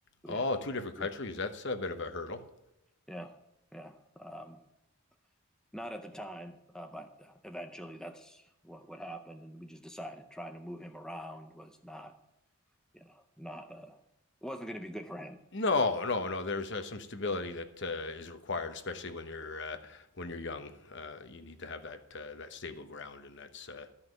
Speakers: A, on the left; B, in the centre.
A: oh,
B: yeah,
A: two different countries.
B: yeah,
A: That's a bit of a hurdle.
B: yeah, yeah. Um, not at the time, uh, but eventually that's what what happened, and we just decided trying to move him around was not, you know, not uh, wasn't going to be good for him.
A: No,
B: I guess.
A: no, no. There's uh, some stability that uh, is required, especially when you're uh, when you're young. Uh, you need to have that uh, that stable ground, and that's uh,